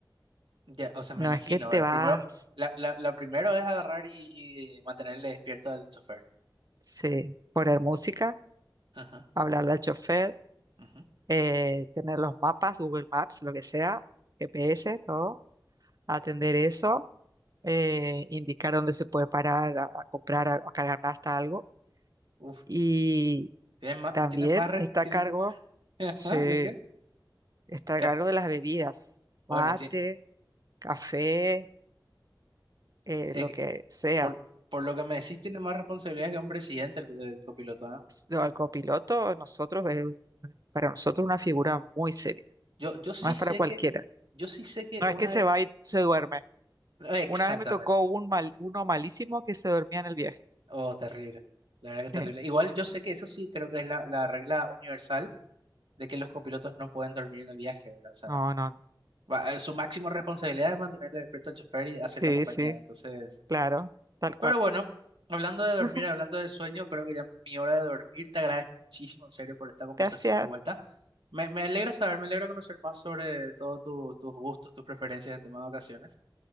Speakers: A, on the right; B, on the right.
A: Ya, o sea, me
B: No
A: imagino,
B: es que te
A: ahora,
B: vas
A: primero, la, la, la primero es agarrar y, y mantener despierto al chofer.
B: sí, poner música,
A: Ajá.
B: hablarle al chofer,
A: ujú.
B: eh, tener los mapas, Google Maps, lo que sea, GPS, todo, atender eso eh, indicar dónde se puede parar a, a comprar, a, a cargar hasta algo.
A: Uf,
B: Y
A: tienen más,
B: también
A: tienen más, re-
B: está
A: tienen
B: a cargo,
A: ma- <laughs>
B: sí,
A: Ajá, ¿de qué?
B: está a
A: Ca-
B: cargo de las bebidas,
A: Bueno,
B: mate,
A: tie-
B: café, eh,
A: es
B: lo
A: que
B: que sea.
A: por, por lo que me decís, tiene más responsabilidades que un presidente el, co- el copiloto, ¿ah?
B: No, El copiloto, nosotros, es un- para nosotros una figura muy seria,
A: Yo, yo sí
B: no es
A: sé
B: para cualquiera.
A: que, yo sí sé que
B: No
A: una,
B: es que se va y se duerme.
A: exactamente.
B: Una vez me tocó un mal, uno malísimo que se dormía en el viaje.
A: Oh, terrible. La verdad
B: Sí,
A: que terrible. Igual yo sé que eso sí creo que es la, la regla universal de que los copilotos no pueden dormir en el viaje, ¿verdad? O sea,
B: no, no, no.
A: va- eh, su máxima responsabilidad es mantener despierto al chofer y hacer
B: Sí,
A: la compañía.
B: sí,
A: Entonces,
B: claro, tal cual.
A: Pero bueno, hablando de dormir,
B: <laughs>
A: hablando de sueño, creo que ya es mi hora de dormir. Te agradezco muchísimo, en serio, por esta conversación
B: Gracias.
A: de vuelta. Me, me alegra saber, me alegra conocer más sobre todos tus gustos, tus preferencias en tema de vacaciones.